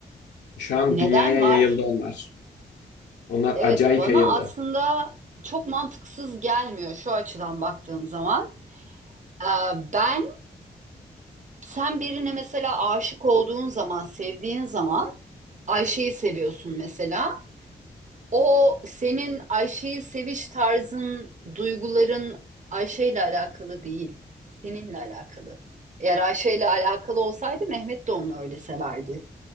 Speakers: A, on the left; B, on the right.
A: Şu an
B: Neden
A: dünyaya
B: var?
A: yayıldı onlar. Onlar
B: Evet,
A: acayip
B: bana
A: yayıldı.
B: aslında çok mantıksız gelmiyor şu açıdan baktığım zaman. Ee, ben sen birine mesela aşık olduğun zaman, sevdiğin zaman Ayşe'yi seviyorsun mesela. O senin Ayşe'yi seviş tarzın, duyguların Ayşe'yle alakalı değil, seninle alakalı. Eğer Ayşe'yle alakalı olsaydı Mehmet de onu öyle severdi.